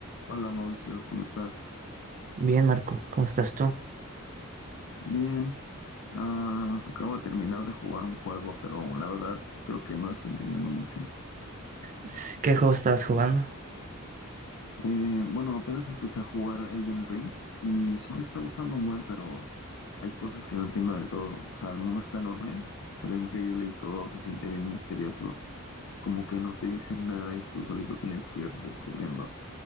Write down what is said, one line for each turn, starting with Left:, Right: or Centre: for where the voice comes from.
Left: Hola Mauricio, ¿cómo estás?
Right: Bien, Marco, ¿cómo estás tú?
Left: Bien, ah, acabo de terminar de jugar un juego, pero la verdad creo que no lo estoy entendiendo mucho.
Right: S- ¿Qué juego estás jugando?
Left: Eh, bueno, apenas empecé a jugar Elden Ring y sí me está gustando un buen, pero hay cosas que no entiendo del todo. O sea, el mundo está enorme, se ve increíble y todo se siente bien misterioso, como que no te dicen nada y tú solito tienes que ir descubriendo,